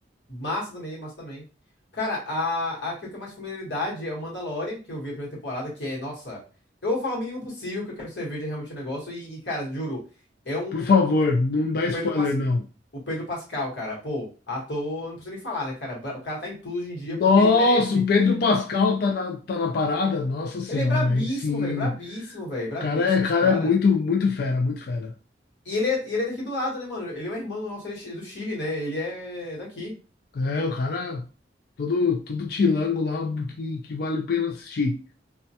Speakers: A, on the left; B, on the left.
A: Massa também, massa também. Cara, a, a que eu tenho mais familiaridade é o Mandalorian, que eu vi a primeira temporada, que é, nossa. Eu vou falar o mínimo possível, que eu quero que você veja realmente o negócio. E, e, cara, juro, é um.
B: Por favor,
A: O
B: não dá
A: o
B: spoiler,
A: Pedro, Pas,
B: não.
A: o Pedro Pascal, cara, pô, ator, não preciso nem falar, né, cara? Bra- O cara tá em tudo hoje em dia
B: Nossa,
A: porque ele merece.
B: o Pedro Pascal tá na, tá na parada? Nossa senhora,
A: Ele é brabíssimo,
B: aí sim.
A: velho, brabíssimo,
B: O
A: velho, brabíssimo
B: cara é, cara
A: esse cara.
B: é muito, muito fera, muito fera.
A: E ele é, e ele é daqui do lado, né, mano? Ele é um irmão nosso, ele é chi- do Chile, né? Ele é daqui.
B: É, o cara, todo, todo tilango lá que, que vale a pena assistir.